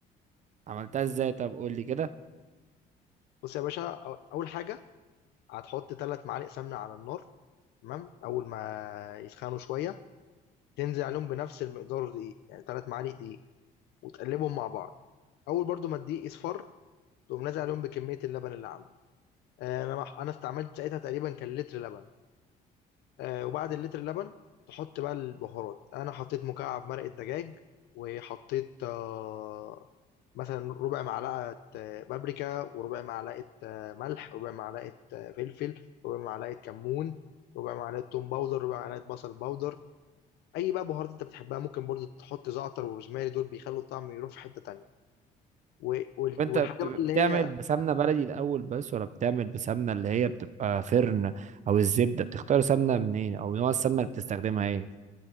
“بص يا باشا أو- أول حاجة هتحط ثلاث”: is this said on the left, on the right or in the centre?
Left